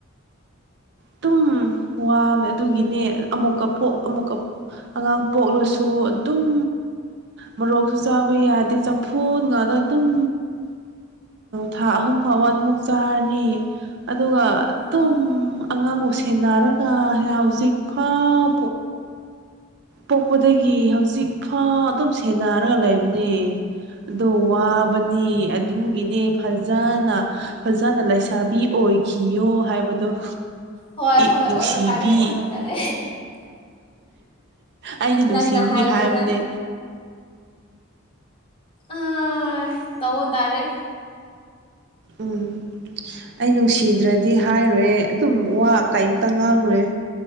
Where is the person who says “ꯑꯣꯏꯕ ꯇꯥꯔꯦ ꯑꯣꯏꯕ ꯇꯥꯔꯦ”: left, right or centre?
Left